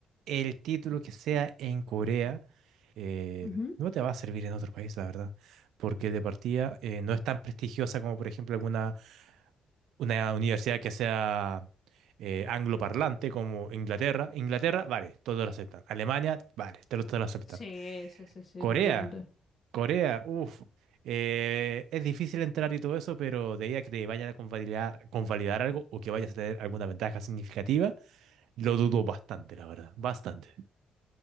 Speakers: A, on the right; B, on the left.
A: el título que sea en Corea eh,
B: Ujú.
A: no te va a servir en otro país, la verdad, porque de partida eh, no es tan prestigiosa como, por ejemplo, alguna una universidad que sea eh, angloparlante como Inglaterra. Inglaterra, vale, todos lo aceptan. Alemania, vale, te lo, todos lo aceptan.
B: Sí, sí, sí, sí,
A: Corea,
B: completamente.
A: Corea, uff. es difícil entrar y todo eso, pero de ahí a que te vayan a convalidar, convalidar algo o que vayas a tener alguna ventaja significativa. Lo dudo bastante, la verdad. Bastante.